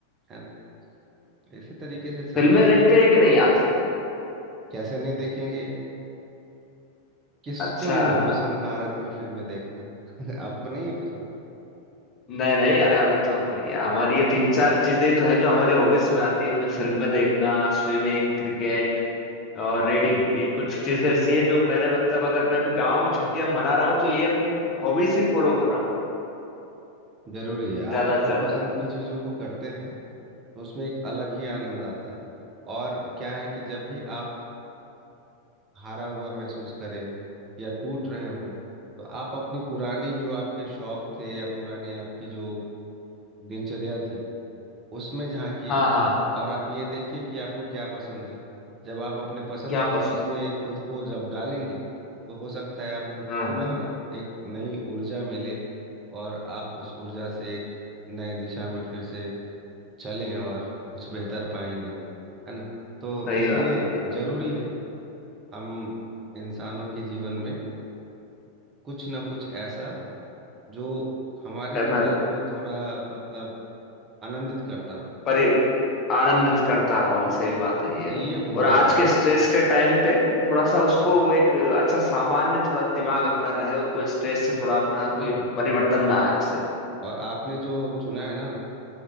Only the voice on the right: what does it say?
है ना इसी तरीके से चलता
है
जीवन
कैसे नहीं देखेंगे किसको
नहीं है
पसंद भारत में फिल्में देखना <laughs> आपको नहीं है पसंद
जरूरी है आप
अपनी
पसंद की चीजों को करते हैं उसमें एक अलग ही आनंद आता है और क्या है कि जब भी आप हारा हुआ महसूस करें या टूट रहे हो तो आप अपनी पुरानी जो आपके शौक थे या पुरानी आपकी जो दिनचर्या थी उसमें झांकिए
और आप ये देखिए कि आपको क्या पसंद है जब आप अपने पसंद
की
चीज में खुद को जब डालेंगे तो हो सकता है आपको
पुनः
एक नई ऊर्जा मिले और आप उस ऊर्जा से एक नए दिशा में फिर से चलें और कुछ बेहतर पाएंगे है ना तो
इसलिए
जरूरी है हम इंसानों के जीवन में कुछ ना कुछ ऐसा जो हमारे
हृदय को थोड़ा मतलब आनंदित करता हो।
आ,
ये होना
चाहिए
जी,
बिल्कुल
और आपने जो चुना है ना